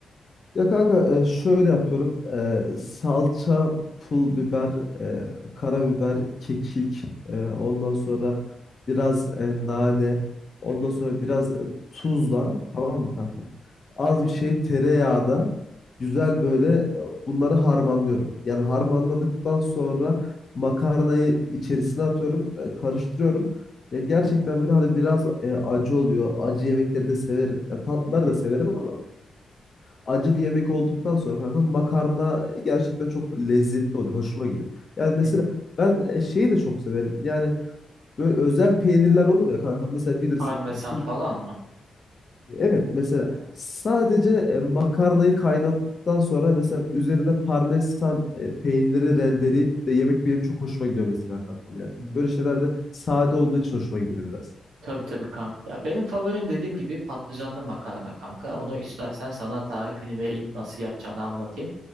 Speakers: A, on the left (about 55°); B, on the right (about 85°).
A: Ya kanka e, şöyle yapıyorum. E, salça, pul biber, e, karabiber, kekik, e, ondan sonra biraz e, nane, ondan
B: Hı hı,
A: sonra biraz e, tuzla, tamam mı kanka? az
B: hı hı,
A: bir şey tereyağda güzel böyle e, bunları harmanlıyorum. Yani harmanladıktan sonra makarnayı içerisine atıyorum, e, karıştırıyorum. Ya gerçekten böyle hani biraz e, acı oluyor. Acı yemekleri de severim. Ya tatlıları
B: hı hı,
A: da severim ama acı bir yemek olduktan sonra kanka makarna e, gerçekten çok lezzetli oluyor. Hoşuma gidiyor. Yani mesela
B: hı hı.
A: ben e, şeyi de çok severim. Yani böyle özel peynirler olur ya kanka. Mesela bilirsin
B: Parmesan
A: e, bizim
B: falan mı?
A: Evet mesela
B: Evet.
A: sadece e, makarnayı kaynattıktan sonra mesela üzerine parmesan e, peyniri rendeleyip de yemek benim çok hoşuma gidiyor mesela kankam yani.
B: Hı hı.
A: Böyle şeyler de sade olduğu için hoşuma gidiyor biraz.
B: Tabii tabii kanka. Ya benim favorim dediğim gibi patlıcanlı makarna kanka. Onu istersen sana tarifini vereyim, nasıl yapacağını anlatayım.